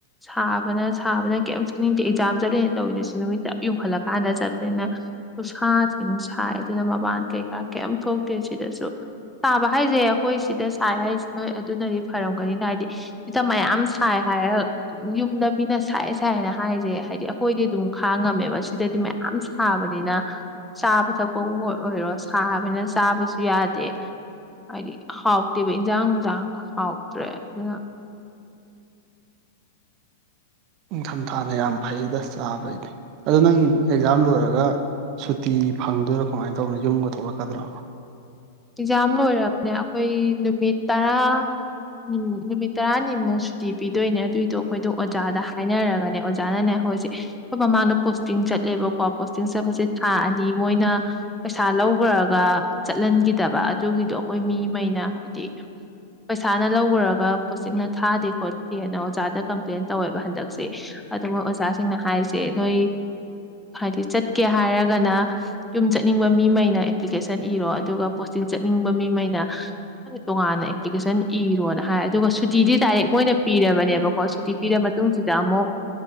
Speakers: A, in the centre; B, on the right.
A: ꯁꯥꯕꯅ ꯁꯥꯕꯅ ꯀꯩꯝ ꯆꯠꯅꯤꯡꯗꯦ ꯑꯦꯛꯖꯥꯝ ꯆꯠꯂꯤꯅꯦꯅ ꯇꯧꯔꯤꯗꯨꯁꯨ ꯅꯨꯃꯤꯠ ꯆꯞ ꯌꯨꯝꯈꯠꯂꯀꯥꯟꯗ ꯆꯠꯄꯅꯤꯅ ꯈꯨꯁꯥꯊꯤ ꯑꯝ ꯁꯥꯏ ꯑꯗꯨꯅ ꯃꯄꯥꯟ ꯀꯩꯀꯥ ꯀꯩꯝ ꯊꯣꯛꯇꯦ ꯁꯤꯗꯁꯨ ꯁꯥꯕ ꯍꯥꯏꯁꯦ ꯑꯩꯈꯣꯏ ꯁꯤꯗ ꯁꯥꯏ ꯍꯥꯏꯁꯤ ꯅꯣꯏ ꯑꯗꯨꯅꯗꯤ ꯐꯔꯝꯒꯅꯤꯅ ꯍꯥꯏꯗꯤ ꯁꯤꯗ ꯃꯌꯥꯝ ꯁꯥꯏ ꯍꯥꯏꯔꯒ ꯌꯨꯝꯗ ꯃꯤꯅ ꯁꯥꯏ ꯁꯥꯏꯅ ꯍꯥꯏꯁꯦ ꯍꯥꯏꯗꯤ ꯑꯩꯈꯣꯏꯗꯤ ꯑꯗꯨꯝ ꯈꯥꯡꯉꯝꯃꯦꯕ ꯁꯤꯗꯗꯤ ꯃꯌꯥꯝ ꯁꯥꯕꯅꯤꯅ ꯆꯥꯕ ꯊꯛꯄꯕꯨ ꯑꯣꯏꯔꯣ ꯁꯥꯕꯅꯤꯅ ꯆꯥꯕꯁꯨ ꯌꯥꯗꯦ ꯗꯦ ꯍꯥꯏꯗꯤ ꯍꯥꯎꯇꯦꯕ ꯏꯟꯖꯥꯡ ꯅꯨꯡꯁꯥꯡꯒ ꯍꯥꯎꯇ꯭ꯔꯦ ꯑꯗꯨꯅ
B: ꯅꯤꯡꯊꯝꯊꯥꯅ ꯌꯥꯝ ꯐꯩꯗ ꯆꯥꯕꯩꯗꯤ ꯑꯗꯣ ꯅꯪ ꯑꯦꯛꯖꯥꯝ ꯂꯣꯏꯔꯒ ꯁꯨꯇꯤ ꯐꯪꯗꯣꯏꯔꯥ ꯀꯃꯥꯏꯅ ꯇꯧꯕꯅꯣ ꯌꯨꯝꯒ ꯊꯣꯛꯂꯛꯀꯗ꯭ꯔꯣ
A: ꯑꯦꯛꯖꯥꯝ ꯂꯣꯏꯔꯔꯕꯅꯤꯅ ꯑꯩꯈꯣꯏ ꯅꯨꯃꯤꯠ ꯇꯔꯥ ꯎꯝ ꯅꯨꯃꯤꯠ ꯇꯔꯥꯅꯤꯃꯨꯛ ꯁꯨꯇꯤ ꯄꯤꯗꯣꯏꯅꯦ ꯑꯗꯨꯏꯗꯣ ꯑꯩꯈꯣꯏꯗꯣ ꯑꯣꯖꯥꯗ ꯍꯥꯏꯅꯔꯒꯅꯦ ꯑꯣꯖꯥꯅꯅꯦ ꯑꯩꯈꯣꯏꯁꯦ ꯑꯩꯈꯣꯏ ꯃꯃꯥꯡꯗ ꯄꯣꯁꯇꯤꯡ ꯆꯠꯂꯦꯕꯀꯣ ꯄꯣꯁꯇꯤꯡ ꯆꯠꯄꯁꯦ ꯊꯥ ꯑꯅꯤ ꯃꯣꯏꯅ ꯄꯩꯁꯥ ꯂꯧꯈ꯭ꯔꯒ ꯆꯠꯍꯟꯈꯤ ꯐꯠꯇꯕ ꯑꯗꯨꯒꯤꯗꯣ ꯑꯩꯈꯣꯏ ꯃꯤꯉꯩꯅ ꯍꯥꯏꯗꯤ ꯄꯩꯁꯥꯅ ꯂꯧꯔꯨꯔꯒ ꯄꯣꯁꯇꯤꯡꯅ ꯊꯥꯗꯦ ꯈꯣꯠꯇꯦꯅ ꯑꯣꯖꯥꯗ ꯀꯝꯄ꯭ꯂꯦꯟ ꯇꯧꯋꯦꯕ ꯍꯟꯗꯛꯁꯦ ꯑꯗꯨ ꯃꯣꯏ ꯑꯣꯖꯥꯁꯤꯡꯅ ꯍꯥꯏꯁꯦ ꯅꯣꯏ ꯍꯥꯏꯗꯤ ꯆꯠꯀꯦ ꯍꯥꯏꯔꯒꯅ ꯌꯨꯝ ꯆꯠꯅꯤꯡꯕ ꯃꯤꯉꯩꯅ ꯑꯦꯄ꯭ꯂꯤꯀꯦꯁꯟ ꯏꯔꯣ ꯑꯗꯨꯒ ꯄꯣꯁꯇꯤꯡ ꯆꯠꯅꯤꯡꯕ ꯃꯤꯉꯩꯅ ꯇꯣꯉꯥꯟꯅ ꯑꯦꯄ꯭ꯂꯤꯀꯦꯁꯟ ꯏꯔꯣꯅ ꯍꯥꯏ ꯑꯗꯨꯒ ꯁꯨꯇꯤꯗꯤ ꯗꯥꯏꯔꯦꯛ ꯃꯣꯏꯅ ꯄꯤꯔꯕꯅꯦꯕꯀꯣ ꯁꯨꯇꯤ ꯄꯤꯔꯕ ꯃꯇꯨꯡꯁꯤꯗ ꯑꯃꯨꯛ